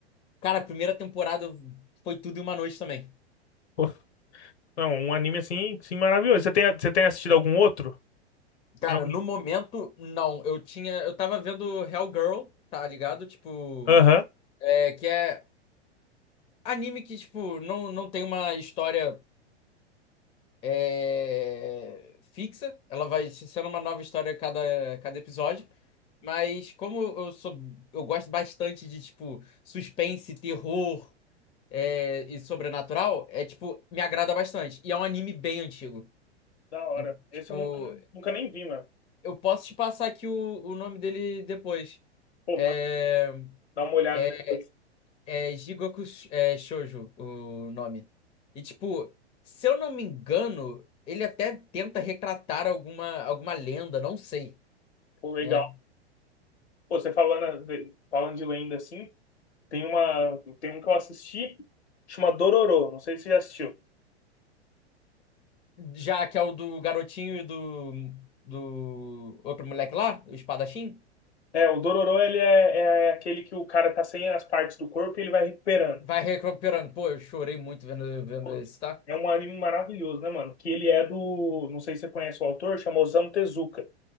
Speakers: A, on the left (about 15°); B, on the left (about 75°).
A: Cara, a primeira temporada foi tudo em uma noite também.
B: Pô, não, um anime assim, assim maravilhoso. Você tem, você tem assistido algum outro?
A: Cara,
B: Tem algum?
A: no momento, não. Eu tinha. Eu tava vendo Hellgirl, tá ligado? Tipo.
B: Aham.
A: É, que é anime que, tipo, não, não tem uma história é, fixa. Ela vai sendo uma nova história a cada, cada episódio. Mas como eu sou. Eu gosto bastante de, tipo, suspense, terror é, e sobrenatural, é tipo, me agrada bastante. E é um anime bem antigo.
B: Da hora.
A: Em-
B: Esse
A: Tipo,
B: eu nunca, nunca nem vi, mano.
A: Eu posso te passar aqui o, o nome dele depois.
B: Pô,
A: É,
B: mano, dá uma olhada
A: é,
B: depois.
A: é Jigoku é, Shoujo, o nome. E, tipo, se eu não me engano, ele até tenta retratar alguma, alguma lenda, não sei,
B: Pô, legal.
A: né?
B: Pô, você falando, falando de lenda assim, tem uma, tem um que eu assisti, chama Dororo. Não sei se você já assistiu.
A: Já que é o do garotinho e do, do outro moleque lá, o espadachim,
B: É, o Dororo, ele é, é aquele que o cara tá sem as partes do corpo e ele vai recuperando.
A: vai recuperando. Pô, eu chorei muito vendo, vendo
B: Pô,
A: esse, tá?
B: É um anime maravilhoso, né, mano? Que ele é do. Não sei se você conhece o autor, chama Osamu Tezuka.